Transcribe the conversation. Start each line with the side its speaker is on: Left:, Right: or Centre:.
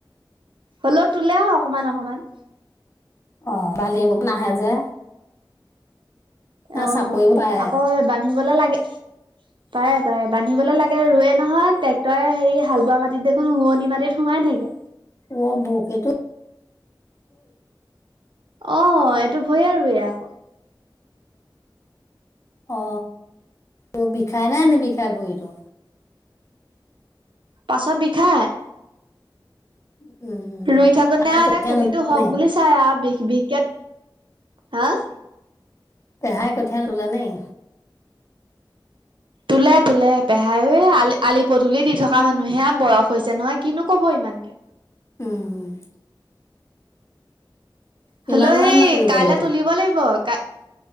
Right: হ'লেও তোলে আৰু অকমান অকমান।
Left: অ বালি বোক নাহে যে।
Right: আহ
Left: চাপৰিবোৰ পাৰে
Right: আকৌ বান্ধিবলে লাগে পাৰে পাৰে বান্ধিবলৈ লাগে ৰোৱে নহয়, ট্ৰেক্টৰে হেৰি হাল বোৱা মাটিত দেখোন ৰুৱনি মাটিত সোমাই থাকে।
Left: অ <unintelligible> সেইটো
Right: অ এইটো ভুৱে ৰুৱে আকৌ
Left: অ তোৰ বিষাই নে নিবিষাই ভৰিটো?
Right: পাছত বিষায়।
Left: উম
Right: ৰুই থাকো
Left: পেহাই
Right: নে আউ
Left: কঠীয়া
Right: খেতিটো
Left: নুতুলে
Right: হওক
Left: নে?
Right: বুলি চাই আউ বিষ বিশষকে হা?
Left: পেহায় কঠিয়া নিতলে নেকি?
Right: তোলে, তোলে, পেহাইও আলি আলি পদূলি দি থকা মানুহে বয়স হৈছে নহয় কিনো কৰিব ইমানকে।
Left: উম কিমানমান
Right: হলিও সেই
Left: মাটি ৰুব
Right: কাইলৈ
Left: লাগিব
Right: তুলিব লাগিব ক